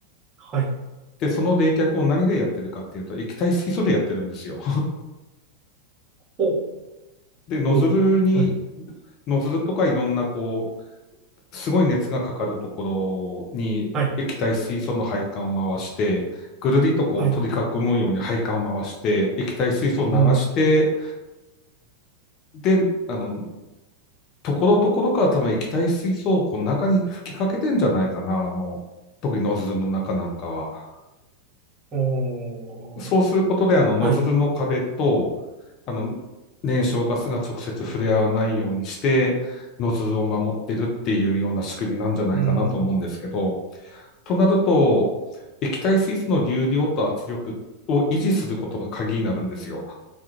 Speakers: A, on the right; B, on the left.
A: はい、
B: で、その冷却を何でやってるかっていうと、液体水素でやってるんですよ。
A: お、
B: で、ノズルに、
A: お、はい、
B: ノズルとかいろんなこすごい熱がかかるところに液体水素の配管を回して、
A: はい、
B: ぐるりとこう取り囲むように配管を回して、
A: はい、
B: 液体水素を流して、
A: うん、
B: で、あの、ところどころから多分液体水素をこう中に吹きかけてんじゃないかな、あの、特にノズルの中なんかは。
A: おー、
B: そうすることで、あの、ノズルの壁と、
A: はい、
B: あの、燃焼ガスが直接触れ合わないようにして、ノズルを守ってるっていうような仕組みなんじゃないかなと思うんですけど、
A: うん、
B: となると、液体水素の流量と圧力を維持することが鍵になるんですよ。